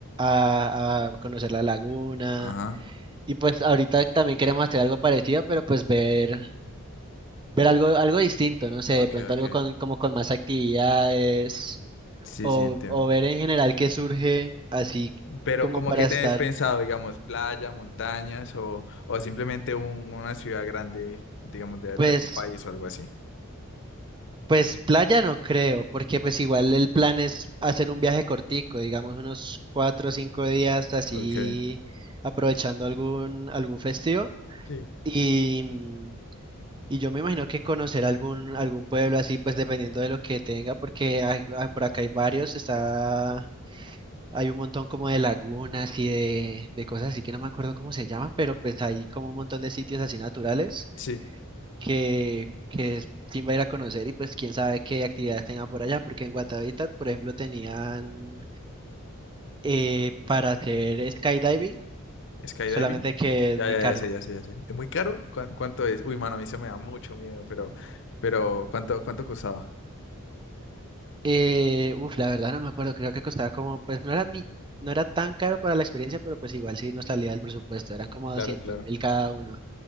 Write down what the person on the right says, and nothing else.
a conocer la laguna.
Y pues ahorita también queremos hacer algo parecido, pero pues ver, ver algo, algo distinto, no sé,
de pronto
algo con, como con más actividades
o,
o ver en general qué surge así
como
para
estar.
Pues
Pues playa no creo, porque pues igual el plan es hacer un viaje cortico, digamos unos cuatro o cinco días así
aprovechando algún, algún festivo.
Y, mm, y yo me imagino que conocer algún, algún pueblo así, pues dependiendo de lo que tenga, porque hay- ah, por acá hay varios, está, hay un montón como de lagunas y de, de cosas así que no me acuerdo cómo se llaman, pero pues hay como un montón de sitios así naturales
que, que sí va a ir a conocer y pues quién sabe qué actividades tengan por allá, porque en Guatavita, por ejemplo, tenían eh, para hacer skydiving,
solamente que es
muy
caro.
Eh, uf, la verdad no me acuerdo, creo que costaba como, pues no era ni, no era tan caro para la experiencia, pero pues igual sí nos salía del presupuesto, eran como
doscientos
mil cada uno.